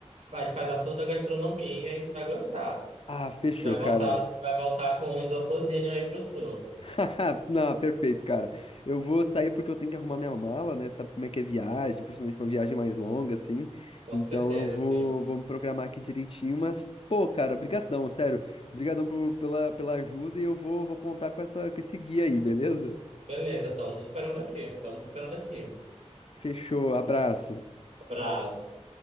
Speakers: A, on the right; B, on the left.
A: faz, faz a toda a gastronomia e tu vai gostar.
B: Ah, fechou,
A: Tu vai
B: cara.
A: voltar, vai voltar com um isopozinho aí pro sul,
B: <laughs> Não, perfeito, cara. Eu vou sair porque eu tenho que arrumar minha mala, né? Tu sabe como é que é viagem, principalmente uma viagem mais longa, assim.
A: com
B: Então
A: certeza,
B: eu vou,
A: sim.
B: vou me programar aqui direitinho, mas, pô, cara, brigadão, sério. Brigadão por- pela, pela ajuda e eu vou, vou contar com essa, com esse guia aí, beleza?
A: Beleza, estamos esperando aqui. Estamos esperando aqui.
B: Fechou, abraço.
A: Abraço.